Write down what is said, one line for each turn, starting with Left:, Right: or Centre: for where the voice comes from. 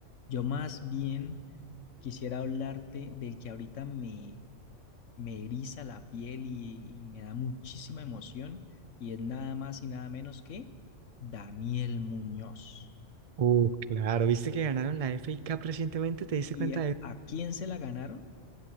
Left: Yo más bien quisiera hablarte del que ahorita me, me eriza la piel y, y me da muchísima emoción, y es nada más y nada menos que Daniel Muñoz.
Right: Uh, claro, ¿viste que ganaron la FA Cup recientemente? ¿Te diste
Left: ¿Y
Right: cuenta
Left: a
Right: de eso?
Left: a quién se la ganaron?